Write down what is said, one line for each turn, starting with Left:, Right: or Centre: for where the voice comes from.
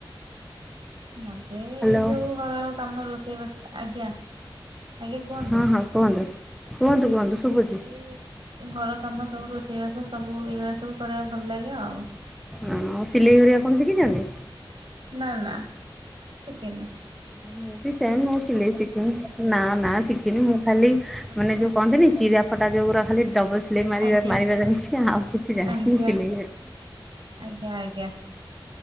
Right: ମତେ
Centre: ହ୍ୟାଲୋ
Right: ଏଇ ସବୁ ଘର କାମ ରୋଷେଇ ବାସ ଆଜ୍ଞା। ଆଜ୍ଞା କୁହନ୍ତୁ।
Centre: ହଁ ହଁ କୁହନ୍ତୁ କୁହନ୍ତୁ କୁହନ୍ତୁ। ଶୁଭୁଛି
Right: ମୁଁ ଏଇ ରୋ ଘର କାମ ସବୁ ରୋଷେଇ ବାସ ସବୁ ଏଗୁରା ସବୁ କରିବାକୁ ଭଲ ଲାଗେ ଆଉ।
Centre: ହଁ ଆଉ ସିଲେଇ ଘରିଆ ଆପଣ ଶିଖିଛନ୍ତି।
Right: ନା ନା। କେନି।
Centre: ମୁଁ ବି ସେମ ମୁଁ ସିଲେଇ ଶିଖିନି ନା ନା ଶିଖିନି ମୁଁ ଖାଲି
Right: ଆଜ୍ଞା
Centre: ମାନେ ଯୋଉ କହନ୍ତିନି ଚିରା। ଫଟା ଯୋଗୁୁରା ଖାଲି ଡବଲ ସିଲେଇ ମାରିବା
Right: ଆଜ୍ଞା
Centre: ମାରିବା ଜାଣିଛି ଆଉ କିଛି ଜାଣିନି
Right: ଆଜ୍ଞା
Centre: ସିଲେଇ ଘ
Right: ଆଜ୍ଞା ଆଜ୍ଞା।